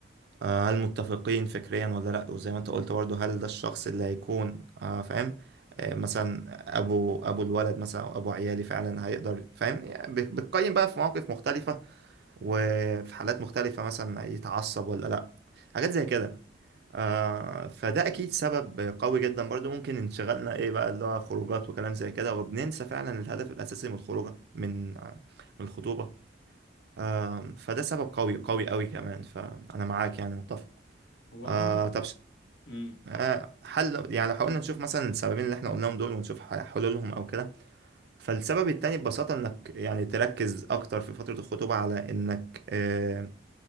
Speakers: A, on the right; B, on the left.
A: آه، هل متفقين فكريا ولا لأ وزي ما أنت قلت برضه هل ده الشخص اللي هيكون آه، فاهم آه، مثلا أبو أبو الولد مثلا أو أبو عيالي فعلا هيقدر فاهم يعني بتقيم بقى في مواقف مختلفة وفي
B: <laughs>
A: حالات مختلفة مثلا يتعصب ولا لأ حاجات زي كده آه فده أكيد سبب قوي جدا برضو ممكن انشغالنا إيه بقى اللي هو خروجات وكلام زي كده وبننسى فعلا الهدف الأساسي من الخروجة من آه من الخطوبة آه فده سبب قوي قوي قوي كمان فأنا معاك يعني متفق
B: هو
A: آه
B: آه
A: طب ش-
B: امم
A: آه حل يعني لو حاولنا نشوف مثلا السببين اللي احنا قلناهم دول ونشوف ح- حلولهم أو كده فالسبب التاني ببساطة إنك يعني تركز أكتر في فترة الخطوبة على إنك آه،